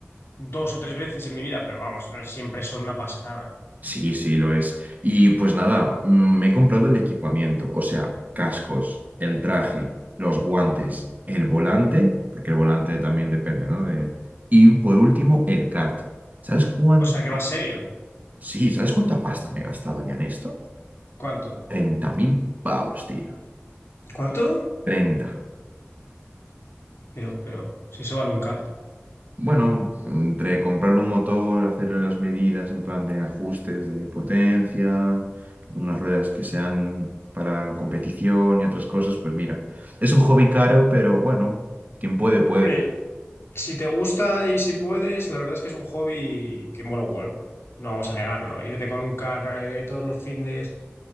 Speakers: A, on the left; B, on the right.
A: dos o tres veces en mi vida, pero vamos, siempre son una pasada.
B: Sí, sí, lo es. Y pues nada, mm, me he comprado el equipamiento, o sea, cascos, el traje, los guantes, el volante, porque el volante también depende, ¿no? De... Y por último, el kart. ¿Sabes cuánto?
A: O sea, que va serio.
B: Sí, ¿sabes cuánta pasta me he gastado ya en esto?
A: ¿Cuánto?
B: treinta mil pavos, tío.
A: ¿Cuánto?
B: treinta
A: Pero, pero, si eso vale un kart.
B: Bueno, entre comprarle un motor, hacerle las medidas en plan de ajustes de potencia, unas ruedas que sean para competición y otras cosas, pues mira, es un hobby caro, pero bueno, quien puede, puede.
A: hombre, Si te gusta y si puedes, la verdad es que es un hobby que mola un huevo. No vamos a negarlo. Irte con un car de todos los findes